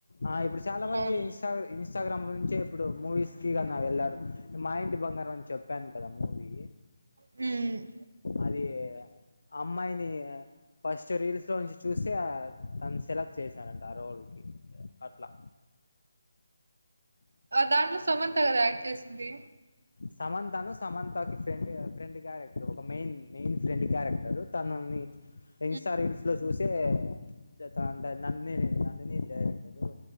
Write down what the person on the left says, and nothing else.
ఆ ఇపూడు చాలా మంది
న్స్టా ఇన్స్టాగ్రామ్ నుంచే ఇప్పుడు మూవీస్ కి గాన వెళ్ళాడు మా ఇంటి బంగారం అని చెప్పాను కదా మూవీ
అదీ అమ్మాయిని ఫస్ట్ రీల్స్ లో నుంచి చూసే తన్ సెలెక్ట్ చేసరంట ఆ రోల్కి అట్లా
సమంతను సమంతకిి ఫ్రెండ్ ఫ్రెండ్ క్యారెక్టర్ ఒక మెయిన్ మెయిన్ ఫ్రెండ్ క్యారెక్టరు తనని
ఇన్స్టా రీల్స్ లొ చూసే చేత్తారంట నందిని నందినీ డైరెక్టరు